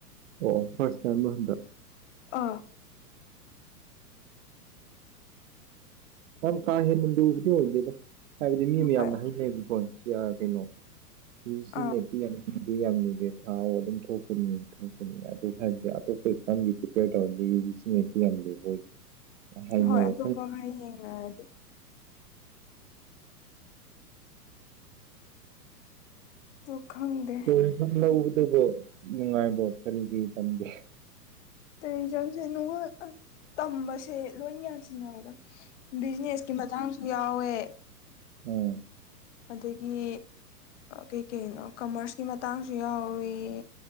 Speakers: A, on the right; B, on the left.
A: ꯑꯣ ꯐꯥꯔꯁ ꯇꯥꯏꯝ ꯍꯟꯗ
B: ꯑꯥ
A: ꯀ ꯍꯦ ꯅꯗꯨꯅꯤ ꯍꯧꯔꯗꯗ ꯍꯥꯏꯕꯗꯤ ꯃꯤ ꯃꯌꯥꯝꯅ
B: ꯍꯣꯏ
A: ꯍꯩꯅꯩꯕ ꯄ ꯀꯩꯅꯣ ꯁꯤ
B: ꯑꯥ
A: ꯅꯦꯤ ꯌꯥꯅꯤ ꯑꯗꯨꯗꯤ ꯌꯥꯝꯅꯨꯗꯦ ꯊꯥꯎ ꯑꯗꯨꯝ ꯊꯣꯛꯄꯅꯤ ꯊꯣꯛꯄꯅꯤ ꯑꯗꯨ ꯍꯥꯏꯕꯗꯤ ꯑꯇꯣꯞꯄ ꯑꯦꯛꯖꯥꯝꯒꯤ ꯄ꯭ꯔꯤꯄꯦꯌꯔ ꯇꯧꯍꯜꯂꯤ ꯗꯤ ꯌꯥꯝ ꯂꯨꯕꯣꯏ ꯍꯥꯏꯅꯩ
B: ꯍꯣꯏ ꯑꯇꯣꯞꯄꯒ ꯌꯦꯡꯅꯔꯗꯤ ꯑꯗꯨ ꯈꯪꯗꯦ
A: ꯣꯏ ꯂꯧꯕꯗꯨꯕꯨꯣ ꯅꯨꯡꯉꯥꯏꯕꯣ ꯀꯔꯤ ꯀꯔꯤ ꯇꯝꯒꯦ
B: ꯇꯨꯔꯤꯖꯝꯁꯦ ꯅꯨꯡꯉ ꯇꯝꯕꯁꯦ ꯂꯣꯏ ꯌꯥꯁꯤꯟꯅꯦꯗ ꯕꯤꯖꯤꯅꯦꯁꯀꯤ ꯃꯊꯥꯡꯁꯨ ꯌꯥꯎꯦ
A: ꯑꯣꯝ
B: ꯑꯗꯒꯤ ꯀꯩꯀꯩꯅꯣ ꯀꯃꯔꯁꯀꯤ ꯃꯇꯥꯡꯁꯨ ꯌꯥꯎꯏꯤ